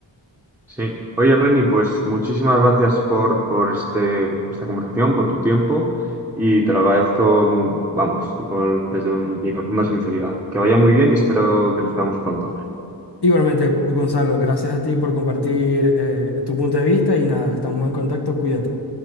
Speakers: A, in the centre; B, on the left (about 55°).
A: Sí. Oye, Reni, pues muchísimas gracias por, por este, esta conversación, por tu tiempo y te lo agradezco, mu- vamos, con- desde mi profunda sinceridad. Que vaya muy bien y espero que nos veamos pronto.
B: Igualmente, Gonzalo, gracias a ti por compartir eh, tu punto de vista y nada, estamos en contacto, cuídate.